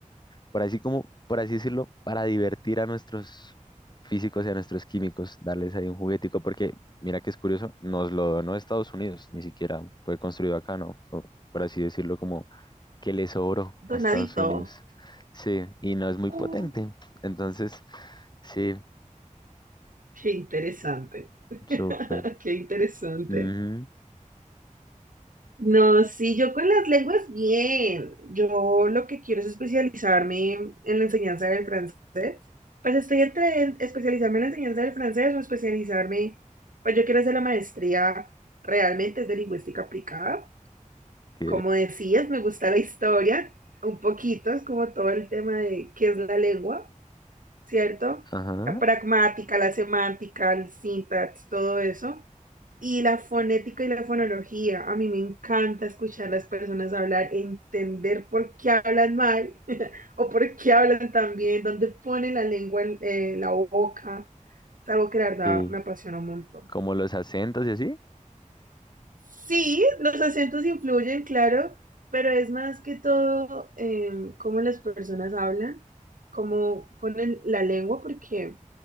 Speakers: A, on the left; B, on the right.
A: por así como, por así decirlo, para divertir a nuestros físicos y a nuestros químicos, darles ahí un juguetico, porque mira que es curioso, nos lo donó Estados Unidos, ni siquiera fue construido acá, ¿no? Fue, por así decirlo, como que le sobró
B: Donadito.
A: a Estados Unidos. Sí, y no es muy
B: Oh,
A: potente. Entonces, sí,
B: qué interesante. <laughs>
A: súper.
B: Qué interesante.
A: Ujú,
B: No, sí, yo con las lenguas bien. Yo lo que quiero es especializarme en la enseñanza del francés. Pues estoy entre especializarme en la enseñanza del francés o especializarme, pues yo quiero hacer la maestría realmente es de lingüística aplicada.
A: ok,
B: como decías, me gusta la historia un poquito, es como todo el tema de qué es la lengua, ¿cierto?
A: ajá,
B: La pragmática, la semántica, el syntax, todo eso. Y la fonética y la fonología. A mí me encanta escuchar a las personas hablar, entender por qué hablan mal <laughs> o por qué hablan tan bien, dónde ponen la lengua en eh, la boca. Es algo que la verdad
A: sí.
B: me apasiona un montón.
A: Como los acentos y así.
B: Sí, los acentos influyen, claro, pero es más que todo em, cómo las personas hablan, cómo ponen la lengua, porque,